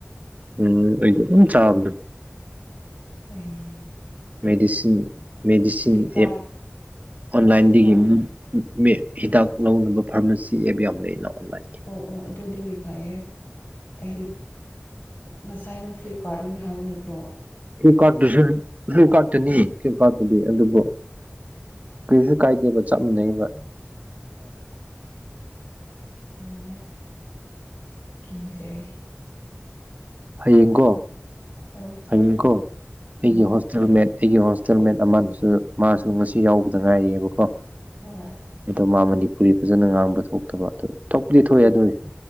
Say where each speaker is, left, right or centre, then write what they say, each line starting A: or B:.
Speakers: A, on the right; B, on the left.
A: ꯎꯝ ꯑꯩꯗ ꯆꯥꯎꯗ
B: ꯑꯩ
A: ꯃꯦꯗꯤꯁꯤꯟ ꯃꯦꯗꯤꯁꯤꯟ
B: ꯐ꯭ꯂꯤꯞꯀꯥꯔꯠ
A: ꯑꯦꯞ ꯑꯣꯟꯂꯥꯏꯟꯗꯒꯤ
B: ꯐ꯭ꯂꯤꯞꯀꯥꯔꯠ
A: ꯃꯤ ꯍꯤꯗꯥꯛ ꯂꯧꯅꯕ ꯐꯥꯔꯃꯥꯁꯤ ꯑꯦꯞ ꯌꯥꯝ ꯂꯩꯅ ꯑꯣꯟꯂꯥꯏꯟꯒꯤ
B: ꯑꯣ ꯑꯣ ꯑꯗꯨꯗꯒꯤ ꯐꯩꯌꯦꯦ ꯑꯩꯗꯤ ꯉꯁꯥꯏ ꯅꯪ ꯐ꯭ꯂꯤꯞꯀꯥꯔꯠꯇꯒꯤꯅꯤ ꯍꯥꯏꯕ ꯅꯠꯇ꯭ꯔꯣ
A: ꯀꯇꯁꯨ ꯀꯔꯇꯅꯤ ꯀꯇꯅꯤ ꯑꯗꯨꯕꯨ ꯀꯩꯁꯨ ꯀꯥꯏꯗꯦꯕ ꯆꯞ ꯃꯅꯩꯕ
B: ꯇꯃꯦ ꯀꯖꯥꯏ
A: ꯍꯌꯦꯡꯒꯣ
B: ꯑꯧ
A: ꯑꯗꯨꯃꯤꯤꯡꯀꯣ ꯑꯩꯒꯤ
B: ꯎꯝ
A: ꯍꯣꯁꯇꯦꯜ ꯃꯗ ꯑꯩꯒꯤ ꯍꯣꯁꯇꯦꯜ ꯃꯦꯠ ꯑꯃꯅꯁꯨ ꯃꯥꯁꯨ ꯉꯁꯤ ꯌꯥꯎꯕꯗ ꯉꯥꯏꯔꯤꯑꯕꯀꯣ
B: ꯍꯣꯏ
A: ꯑꯗꯣ ꯃꯥ ꯃꯅꯤꯄꯨꯔꯤ ꯐꯖꯅ ꯉꯥꯡꯕ ꯊꯣꯛꯇꯕ ꯑꯗꯨ ꯊꯣꯛꯄꯗꯤ ꯊꯣꯛꯑꯦ
B: ꯑꯣ
A: ꯑꯗꯨꯒꯤꯁꯨ